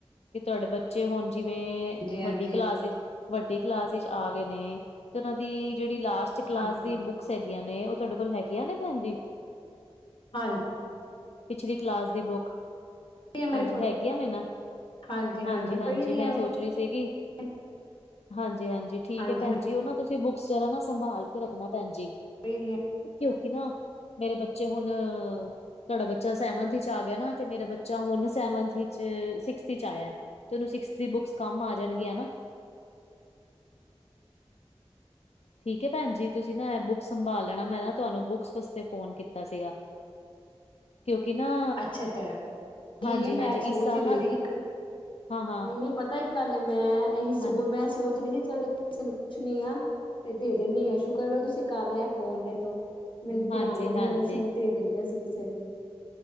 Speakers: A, on the left; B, on the left.
A: ਕਿ ਤੁਹਾਡੇ ਬੱਚੇ ਹੁਣ ਜਿਵੇਂ
B: ਹਾਂਜੀ ਹਾਂਜੀ
A: ਵੱਡੀ ਕਲਾਸ ਵਿੱਚ ਵੱਡੀ ਕਲਾਸ ਵਿਚ ਆਗੇ ਨੇ ਤੇ ਓਨਾਂ ਦੀ ਜਿਹੜੀ ਲਾਸਟ ਕਲਾਸ
B: ਹਾਂਜੀ
A: ਦੀ ਬੁੱ ਕਸ ਹੈਗੀਆਂ ਨੇ ਓ ਤੁਹਾਡੇ ਕੋਲ ਹੈਗੀਆਂ ਨੇ ਭੈਣ ਜੀ?
B: ਹਾਂ
A: ਪਿਛਲੀ ਕਲਾਸ ਦੇ ਬੁੱਕ
B: ਦੀ
A: ਹਾਂਜੀ
B: ਮੇਰੇ ਕੋਲ
A: ਹੈਗੀਆਂ ਨੇ, ਨਾ
B: ਹਾਂਜੀ ਹਾਂਜੀ
A: ਹਾਂਜੀ-ਹਾਂਜੀ
B: ਪਈ ਦੀਆਂ
A: ਮੈਂ ਸੋਚ ਚ ਰੀ ਸੀਗੀ,
B: ਨੇ।
A: ਹਾਂਜੀ-ਹਾਂਜੀ, ਠੀਕ
B: ਹਾਂਜੀ
A: ਐ ਭੈਣ ਜੀ, ਓ ਨਾ ਤੁਸੀਂ ਬੁੱਕਸ ਜਰਾ ਨਾ ਸੰਭਾਲ ਕੇ ਰੱਖਣਾ ਭੈਣ ਜੀ।
B: ਚਾਹੀਦੀ ਈ ਐ।
A: ਕਿਉਂਕਿ ਨਾ ਮੇਰੇ ਬੱਚੇ ਹੁਣ ਤੁਹਾਡਾ ਬੱਚਾ ਸੈਵਨਥ ਵਿਚ ਆ ਗਿਆ, ਨਾ ਤੇ ਮੇਰਾ ਬੱਚਾ ਹੁਣ ਸੈਵਨਥ ਵਿਚ ਸਿਕਸਸਥ ਵਿਚ ਆਇਐ। ਤੇ ਓਨੂੰ ਸਿਕਸ ਦੀ ਬੁੱਕਸ ਕੰਮ ਆ ਜਾਣਗੀਆ ਨਾ। ਠੀਕ ਐ ਭੈਣ ਜੀ ਤੁਸੀਂ ਨਾ ਬੁੱਕਸ ਸੰਭਾਲ ਲੈਣਾ, ਮੈਂ ਨਾ ਤੁਹਾਨੂੰ ਬੁੱਕ ਵਾਸਤੇ ਫੋਨ ਕੀਤਾ ਸੀਗਾ। ਕਿਉਂਕਿ ਨਾ
B: ਅੱਛਾ-ਅੱਛਾ,
A: ਹਾਂਜੀ-ਹਾਂਜੀ
B: ਨਈ ਮੈਂ ਸੋਚ
A: ਇਸ ਸਾਲ
B: ਈ ਰੀ
A: ਨਾ
B: ਸੀ
A: ਹਾਂ-ਹਾਂ
B: ਨਈ-ਨਈ ਪਤਾ ਕਲ ਮੈਂ ਇਹੀ ਸੋ
A: ਹਾਂ
B: ਮੈਂ ਸੋਚ ਰੀ ਸੀ ਚੱਲ ਕਿਸੇ ਨੂੰ ਪੁੱਛਣੀ ਆ ਤੇ ਦੇ ਦੇਣੀ ਆ, ਸ਼ੁਕਰ ਕਰੋ ਤੁਸੀਂ ਕਰ ਲਿਆ ਫੋਨ <unintelligible> ਮੈਨੂੰ
A: ਹਾਂਜੀ-ਹਾਂਜੀ
B: ਧਿਆਨ ਈ ਨੀ ਦੇਣਾ ਸੀ, ਮੈਂ ਦੇ ਦੇਣੀਆਂ ਸੀ ਕਿਸੇ ਨੂੰ।